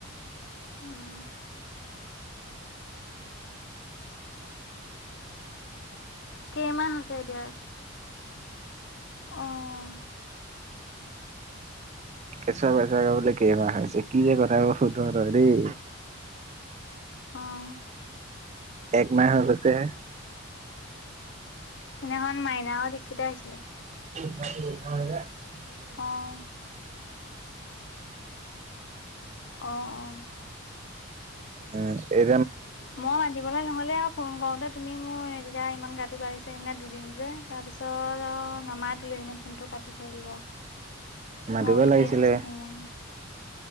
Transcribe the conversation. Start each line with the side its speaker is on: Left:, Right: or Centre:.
Left: উম কেইমাহ হৈছে এতিয়া আহ
Right: কেঁচুৱা পাইছে আকৌ কেইমাহ হৈছে কি যে কথা সুধ তই দেই
Left: আহ
Right: একমাহ হৈ গৈছেহে
Left: সেইখিদিনাখন মাইনাহত দীক্ষিতা আহিছিলে
Right: <unintelligible>
Left: আহ অ', অ'।
Right: উম এই
Left: মই মাতিবলে নহলে আৰু ফোন কৰোতে তুমি মোৰ এতিয়া ইমান গাটো বাঢ়িছো সেইদিনা দুদিন যে তাৰপিছত নামাতিলে সেইদিনা ফোনতটো মই
Right: মাতিব
Left: বোলো
Right: লাগিছিলে
Left: কি হৈছে কি হোৱা নাই